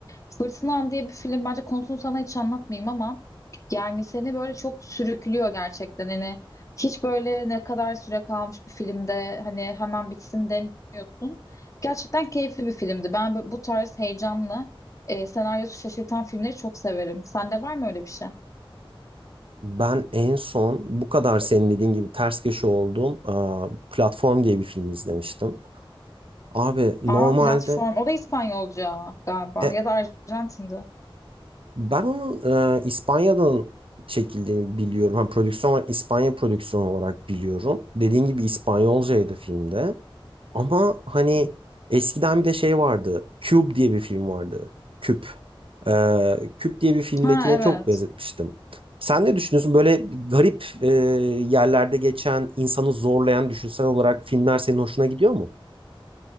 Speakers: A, on the left; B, on the right.
A: Fırtınam diye bir film bence konusunu sana hiç anlatmayayım ama yani seni böyle çok sürüklüyor gerçekten hani hiç böyle ne kadar süre kalmış bir filmde hani hemen bitsin demiyorsun. Gerçekten keyifli bir filmdi. Ben bu bu tarz heyecanlı e, senaryosu şaşırtan filmleri çok severim. Sende var mı öyle bir şey?
B: Ben en son bu kadar senin dediğin gibi ters köşe olduğum aa, Platform diye bir film izlemiştim. Abi normalde
A: Aa platform. O da İspanyolca galiba
B: e,
A: ya da Arjantin'di.
B: ben onun e, İspanya'dan çekildiğini biliyorum. Hani prodüksiyon olarak İspanya prodüksiyonu olarak biliyorum. Dediğin gibi İspanyolcaydı filmde. Ama hani eskiden bir de şey vardı. Cube diye bir film vardı. Küp. Ee, Küp diye bir filmdekine
A: Ha evet.
B: çok benzetmiştim. Sen ne düşünüyorsun? Böyle garip e, yerlerde geçen, insanı zorlayan düşünsel olarak filmler senin hoşuna gidiyor mu?